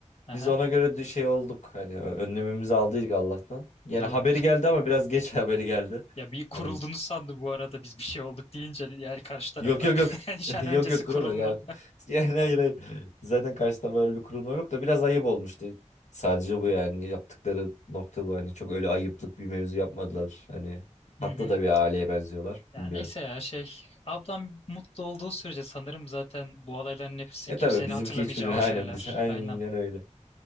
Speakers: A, on the left (about 50°); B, on the left (about 65°).
A: Aha.
B: biz ona göre de şey olduk. Hani önlemimizi aldıydık Allah'tan. Yani
A: No.
B: haberi geldi ama biraz geç <laughs> haberi geldi.
A: Ya bir kurulduğunu
B: Yani
A: sandı bu arada biz bir şey olduk deyince yani karşı tarafa.
B: Yok yok yok.
A: <laughs> Nişan
B: <laughs> Yok
A: öncesi
B: yok
A: kurulma.
B: kurulma ya. <laughs> Yani hayır hayır. Zaten karşı tarafa öyle bir kurulma yok da biraz ayıp olmuştu. Sadece bu yani yaptıkları nokta bu. Hani çok öyle ayıplık bir mevzu yapmadılar. Hani
A: Hı
B: tatlı
A: hı.
B: da bir aileye benziyorlar.
A: Ya
B: Bilmiyorum.
A: neyse ya şey ablam mutlu olduğu sürece sanırım zaten bu olayların hepsi
B: E
A: kimsenin
B: tabii bizimki
A: hatırlamayacağı
B: hiçbiri
A: o şeyler.
B: <laughs> aynen biz aynen
A: Aynen.
B: öyle.